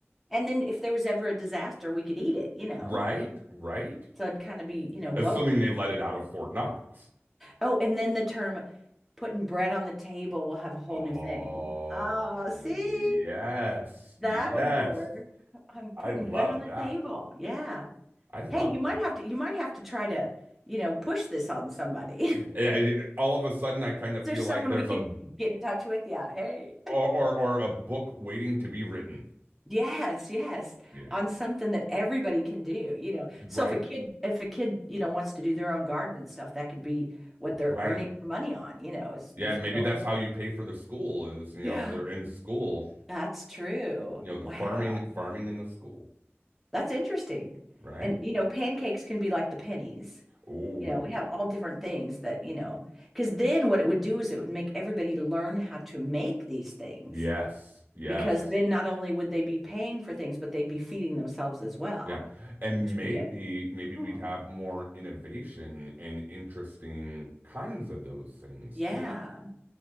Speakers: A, in the centre; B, on the right (about 45°).
A: And then if there was ever a disaster, we could eat it, you know.
B: Right? Right?
A: So it'd kind of be, you know, both.
B: Assuming they let it out of Fort Knox.
A: Oh, and then the term putting bread on the table will have a whole
B: Oh,
A: new thing. Oh, see?
B: yes.
A: That
B: Yes.
A: would work. I'm putting
B: I love
A: bread on the
B: that.
A: table. Yeah.
B: I love
A: Hey, you might
B: that.
A: have to you might have to try to, you know, push this on somebody. <laughs> Is
B: I- I- all of a sudden, I kind of
A: there
B: feel
A: someone
B: like there's
A: we could
B: a
A: get in touch with? Yeah. Hey.
B: or, or or a book waiting to be written.
A: Yes, yes.
B: Yeah.
A: On something that everybody can do, you know. So
B: Right?
A: if a kid if a kid, you know, wants to do their own garden and stuff, that could be what they're
B: Right.
A: earning their money on, you know, is
B: Yeah,
A: is
B: maybe
A: growing.
B: that's
A: their-
B: how you pay for the school is, you
A: Yeah.
B: know, they're in school,
A: That's true.
B: you know,
A: Wow.
B: the farming farming in the school,
A: That's interesting.
B: right?
A: And you know, pancakes can be like the pennies.
B: Oh.
A: You know, we have all different things that, you know, because then what it would do is it would make everybody learn how to make these things.
B: Yes. Yes.
A: Because Yeah. then not only would they be paying for things, but they'd be feeding themselves as well,
B: Yeah. And
A: which would
B: maybe
A: be good.
B: maybe we'd
A: Hmm.
B: have more innovation and interesting kinds of those things
A: Yeah.
B: too,